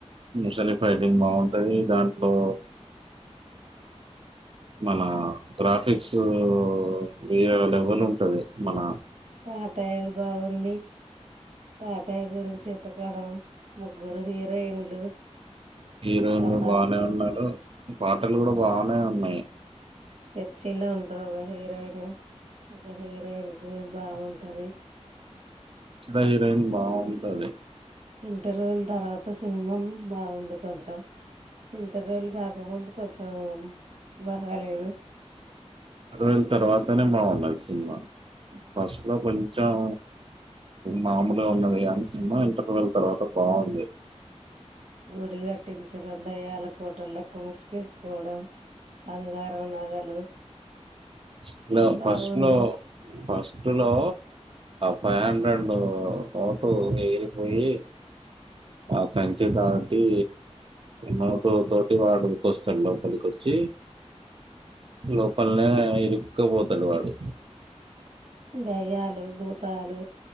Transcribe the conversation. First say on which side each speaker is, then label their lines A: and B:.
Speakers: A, on the right; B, on the right.
A: ముసలి ఫైటింగ్ బాగుంటుంది దాంట్లో మన గ్రాఫిక్స్ వ అవైలబుల్ ఉంటుంది మన
B: తాగ తయారు బాగుంది తతయ గు చె అట్టకాడ ముగ్గురు హీరోయిన్లు
A: హీరోయిన్లు
B: కథ
A: బానే ఉన్నారు పాటలు కూడా బానే ఉన్నాయి
B: తెర్చిలో ఉంటాంది ఒక హీరోయిన్ ఒక హీరోయిన్ క బాగుంటది
A: చిలా హీరోయిన్ బాగుంటది
B: ఇంటర్వూల్ తర్వాత సినిమం బాగుంది కొంచెం ఇంటర్వూల్ కాకపోతే కొంచెం బాహాలేదు.
A: అరవైైన్ తర్వా తనే బాగున్నది సినిమా ఫస్ట్లో కొంచెం మామూలుగా ఉన్నది కానీ సినిమా ఇంటర్వెల్ తర్వాత బాగుంది.
B: గుడి కట్టించడం, దయ్యాల కోటలకి ముసుకేసుకోవడం, బంగారం నగలు.
A: లిస్ట్ లో
B: బాగున్నాయి
A: ఫస్ట్లో ఫస్ట్ లో ఫైవ్ హండ్రెడ్ నోటు ఎగిరిపోయి ఆ కంచిె దాటి నోటు తోటి వాడుకొస్తాడు లోపలికి వచ్చి లోపల్నే ఇరు ఉక్క పోతగాడు
B: దయ్యాలు బుద్ తాలు